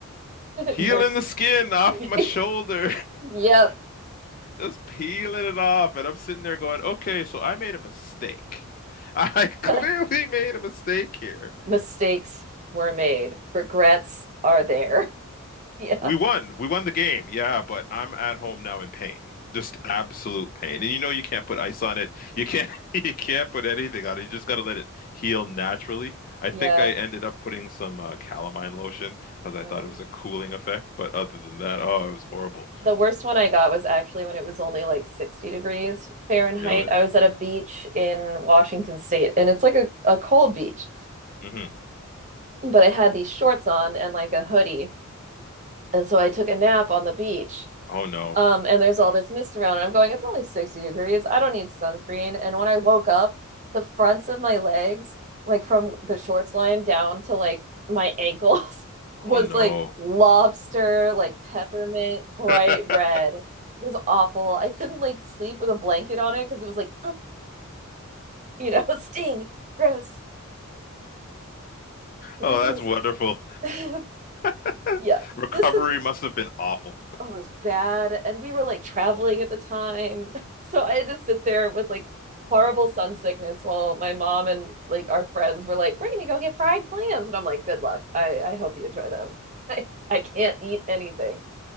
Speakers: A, on the left; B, on the right.
A: peeling
B: Yours.
A: the skin off
B: <laughs>
A: my shoulder,
B: Yep.
A: <laughs> just peeling it off. And I'm sitting there going, okay, so I made a mistake. <laughs> I clearly
B: <laughs>
A: made a mistake here.
B: mistakes were made. Regrets are there. <laughs> Yeah.
A: We won. We won the game. Yeah, but I'm at home now in pain. Just absolute pain. And you know you can't put ice on it. You can't <laughs> you can't put anything on it. You just got to let it heal naturally. I
B: Yeah.
A: think I ended up putting some uh, calamine lotion because I
B: Mm.
A: thought it was a cooling effect, but other than that, oh, it was horrible.
B: The worst one I got was actually when it was only like 60 degrees Fahrenheit.
A: Really?
B: I was at a beach in Washington State and it's like a, a cold beach,
A: hmm
B: but I had these shorts on and like a hoodie. And so I took a nap on the beach
A: Oh no.
B: Um, and there's all this mist around, and I'm going, it's only 60 degrees. I don't need sunscreen. And when I woke up, the fronts of my legs, like from the shorts line down to like my ankles, <laughs>
A: Oh
B: was
A: no.
B: like lobster, like peppermint, bright
A: <laughs>
B: red. It was awful. I couldn't like sleep with a blanket on it because it was like, you know, <laughs> sting, gross. This
A: Oh, that's
B: is,
A: wonderful.
B: <laughs>
A: <laughs>
B: yeah,
A: Recovery
B: this is
A: must have been awful.
B: oh, it was bad. And we were like traveling at the time. <laughs> So I had to sit there with like horrible sun sickness while my mom and like our friends were like, we're going to go get fried clams. And I'm like, good luck. I, I hope you enjoy them. <laughs> I, I can't eat anything.